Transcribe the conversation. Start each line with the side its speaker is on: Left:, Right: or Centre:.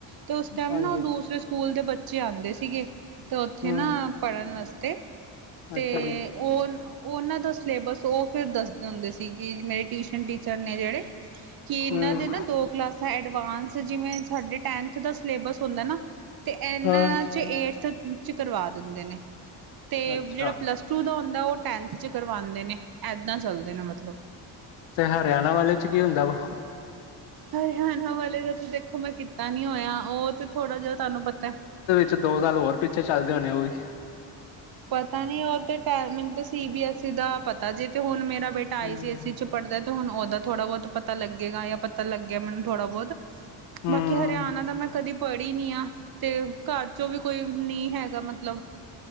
Right: ਤੇ ਉਸ ਟੈਮ
Left: ਹਾਂਜੀ
Right: ਨਾ ਓ ਦੂਸਰੇ ਸਕੂਲ ਦੇ ਬੱਚੇ ਆਂਦੇ ਸੀਗੇ। ਤੇ ਉੱਥੇ
Left: ਹਮ
Right: ਨਾ ਪੜ੍ਹਨ ਅਸਤੇ ਤੇ
Left: ਅੱਛਾ ਜੀ
Right: ਹੁਨ ਉਨਾਂ ਦਾ ਸਿਲੇਬਸ ੳ ਫਿਰ ਦੱਸ ਜਾਂਦੇ ਸੀ, ਕਿ ਮੇਰੇ ਟਿਊਸ਼ਨ ਟੀ ਚਰ ਨੇ ਜੇੜੇ- ਕਿ ਇਨਾਂ
Left: ਹਮ
Right: ਦੇ ਨਾ ਦੋ ਕਲਾਸਾਂ ਐਡਵਾਂਸ, ਜਿਵੇਂ ਸਾਡੇ ਟੈਂਥ ਦਾ ਸਿਲੇਬਸ ਹੁੰਦਾ ਨਾ। ਏਨਾਂ
Left: ਹਾਂ
Right: ਚ ਏਟਥ ਚ ਕਰਵਾ ਦਿੰਦੇ ਨੇ, ਤੇ
Left: ਅੱਛਾ
Right: ਜੇੜਾ ਪਲੱਸ ਟੂ ਦਾ ਹੁੰਦਾ ਓ ਟੈਂਨਥ 'ਚ ਕਰਵਾਂਦੇ ਨੇ, ਏਦਾਂ ਚੱਲਦੇ ਨੇ ਮਤਲਬ।
Left: ਤੇ ਹਰਿਆਨਾ ਵਾਲੇ ਚ ਕੀ ਹੁੰਦਾ ਵਾ?
Right: ਹਰਿਆਨਾ ਵਾਲੇ ਦਾ ਤਾਂ ਦੇਖੋ, ਮੈਂ ਕੀਤਾ ਨੀ ਹੋਏਆ, ਉਹ ਤੇ ਥੋੜਾ ਜੇਆ ਤੁਹਾਨੂੰ ਪਤਾ।
Left: ਚ ਦੋ ਸਾਲ ਹੋਰ ਪਿੱਛੇ ਚੱਲਦੇ ਹੋਨੇ ਓ ਵੀ।
Right: ਪਤਾ ਨੀ, ਓ ਤੇ ਟੈਮ ਮੈਨੂੰ ਤਾਂ ਸੀ ਬੀ ਐਸ ਈ ਦਾ ਪਤਾ, ਜੇ ਤੇ ਹੁਨ ਮੇਰਾ ਬੇਟਾ ਆਈ
Left: ਹਮ
Right: ਸੀ ਐਸ ਈ ਚ ਪੜ੍ਹਦਾ ਤੇ ਹੁਨ ਉਦਾ ਥੋੜਾ ਬਹੁਤ ਪਤਾ ਲੱਗੇਗਾ। ਜਾਂ ਪਤਾ ਲੱਗ ਗੇਆ ਮੈਨੂੰ ਥੋੜਾ ਬਹੁਤ।
Left: ਹਮ
Right: ਬਾਕੀ ਹਰਿਆਨਾ ਦਾ ਮੈਂ ਕਦੀ ਪੜ੍ਹੀ ਨੀ ਆ ਤੇ ਘਰ ਚੋਂ ਵੀ ਕੋਈ ਨੀ ਹੈਗਾ ਮਤਲਬ